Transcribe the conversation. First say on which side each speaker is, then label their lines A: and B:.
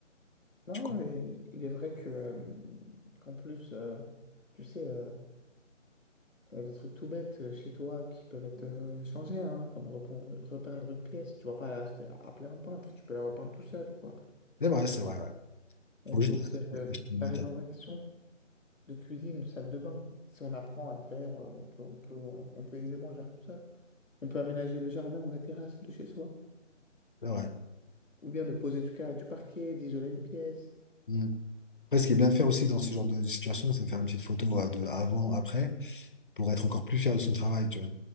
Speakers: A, on the left (about 80°); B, on the left (about 40°).
A: Non,
B: Tu comprends
A: et il est vrai que, euh, qu'en plus, euh, tu sais, euh, il des trucs tout bêtes euh, chez toi qui peuvent être euh, changés, hein, comme repeindre, repeindre une pièce. Tu vas pas la- appeler un peintre, tu peux la repeindre tout seul, quoi.
B: C'est vrai, c'est vrai, ouais.
A: On
B: Faut juste
A: peut aussi faire euh,
B: acheter une
A: la
B: atteinte.
A: rénovation. de cuisine, de salle de bain. Si on apprend à le faire, euh, on peut, on peut, euh, on peut aisément le faire tout seul. On peut aménager le jardin ou la terrasse de chez soi,
B: C'est vrai.
A: ou bien de poser du, ca- du parquet, d'isoler une pièce.
B: Mm. Après, ce qui est bien de faire aussi dans ce genre de situation, c'est de faire une petite photo euh, de avant, après, pour être encore plus fier de son travail, tu vois.